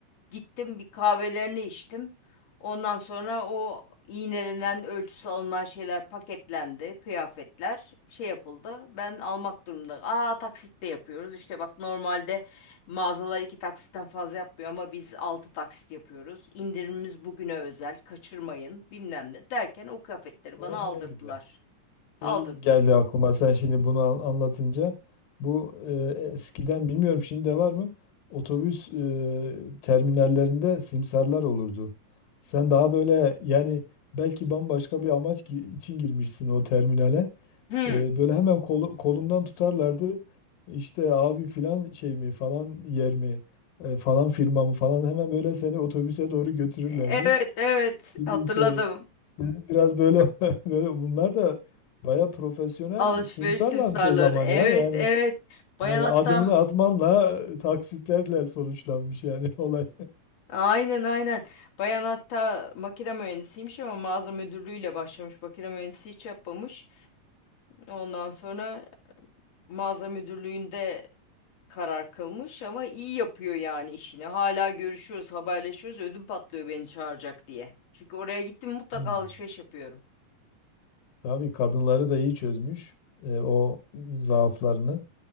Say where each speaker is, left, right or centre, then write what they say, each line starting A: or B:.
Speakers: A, on the left; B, on the left.
A: Gittim bir kahvelerini içtim. Ondan sonra o iğnelenen, ölçüsü alınan şeyler paketlendi. Kıyafetler şey yapıldı. Ben almak durumunda. Aa taksitle yapıyoruz. İşte bak normalde Mağazalar iki taksitten fazla yapmıyor ama biz altı taksit yapıyoruz. İndirimimiz bugüne özel, kaçırmayın bilmem ne derken o kıyafetleri
B: Oh
A: bana aldırdılar.
B: ne güzel.
A: Aldırdılar.
B: Şey geldi aklıma sen şimdi bunu an- anlatınca. Bu e, eskiden bilmiyorum şimdi de var mı? Otobüs e, terminallerinde simsarlar olurdu. Sen daha böyle yani belki bambaşka bir amaç gi- için girmişsin o terminale.
A: Hı.
B: E, böyle hemen kolu- kolundan tutarlardı. İşte abi filan şey mi falan yer mi e, falan firma mı falan hemen böyle seni otobüse doğru götürürlerdi.
A: Evet evet
B: Şimdi
A: hatırladım.
B: ise senin biraz böyle <laughs> böyle bunlar da baya profesyonel
A: Alışveriş
B: simsarlarmış
A: simsarları.
B: o zaman
A: Evet
B: ya. Yani
A: evet. Bayan
B: yani
A: hatta
B: adımını atmanla e, taksitlerle sonuçlanmış yani <laughs> olay.
A: aynen aynen. Bayan hatta makine mühendisiymiş ama mağaza müdürlüğüyle başlamış. Makine mühendisi hiç yapmamış. Ondan sonra mağaza müdürlüğünde karar kılmış ama iyi yapıyor yani işini. Hala görüşüyoruz, haberleşiyoruz. Ödüm patlıyor beni çağıracak diye. Çünkü oraya gittim mutlaka
B: Hmm.
A: alışveriş yapıyorum.
B: Tabii kadınları da iyi çözmüş e, o zaaflarını.